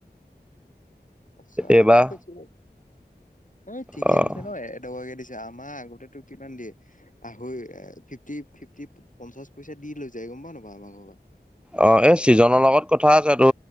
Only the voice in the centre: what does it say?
এইবাৰ
অ'।
অ এই চিজনৰ লগত কথা আছে টো